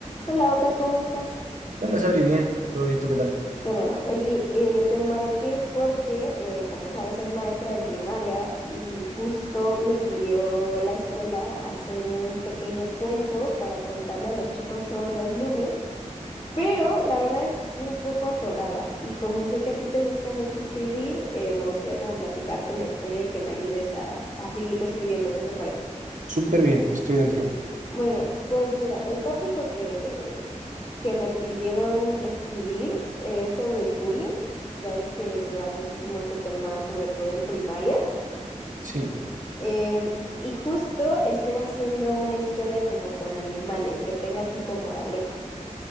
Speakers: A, on the left; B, on the right.
A: Hola Oka, ¿cómo estás?
B: ¿Qué onda, Sabri? Bien, todo bien, ¿tú qué tal?
A: Qué bueno, oye, eh, te marqué porque, eh, como sabes, soy maestra de primaria y justo me pidió la escuela hacer un pequeño cuento para contarle a los chicos todos los lunes, pero la verdad es que estoy un poco atorada y como sé que a ti te gusta mucho escribir, eh, me gustaría como platicarte la historia y que me ayudes a, a seguirle escribiendo, ¿qué te parece?
B: Súper bien, estoy dentro.
A: Muy bien, pues mira, el tópico que, que me pidieron escribir es sobre el bullying. Ya es que se da muchísimo este tema, sobre todo en primaria.
B: Sí,
A: Em, y justo estoy haciendo una historia como con animales, que tenga tipo moraleja.